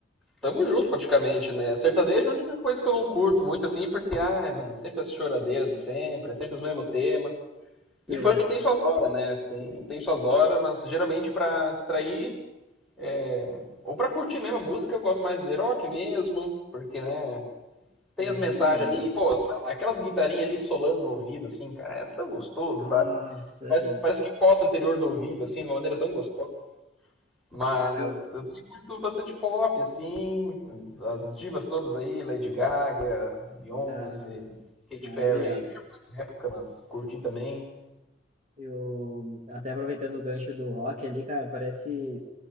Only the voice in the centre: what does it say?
tamo junto praticamente, né? Sertanejo é a única coisa que eu não curto muito assim, porque, ai, mano, sempre essa choradeira de sempre, é sempre o mesmo tema. E
funk tem suas horas, né? Tem, tem suas horas, mas geralmente pra distrair é, ou pra curtir mesmo a música, eu gosto mais de rock mesmo, porque, né? Tem
as mensagens
ali, pô, sabe, aquelas guitarrinhas ali solando no ouvido, assim, cara, é tão gostoso,
sabe? Parece,
parece que coça o anterior do ouvido, assim, de uma maneira tão gostosa. Mas
eu também curto bastante pop, assim, as divas todas aí, Lady Gaga, Beyoncé,
Katy
Perry, na época, mas curti também.